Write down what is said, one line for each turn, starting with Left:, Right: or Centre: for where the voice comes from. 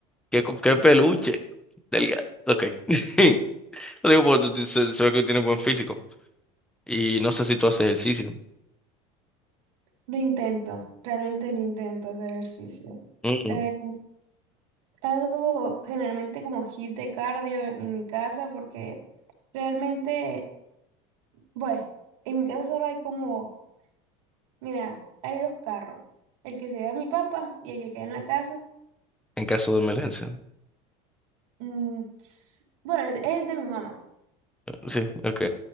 Centre: Qué, co- qué peluche. Delgado. Ok. <laughs> Lo digo porque tú ti- se, se ve que tiene buen físico. Y no sé si tú haces ejercicio.
Right: Lo intento, realmente lo intento hacer ejercicio.
Centre: Mm,
Right: Eh, hago generalmente como hit de cardio en mi casa porque realmente, bueno, en mi casa solo hay como, mira, hay dos carros, el que se lleva mi papá y el que queda en la casa.
Centre: En caso de emergencia.
Right: mm, ts- bueno, es es de mi mamá,
Centre: Sí, ok.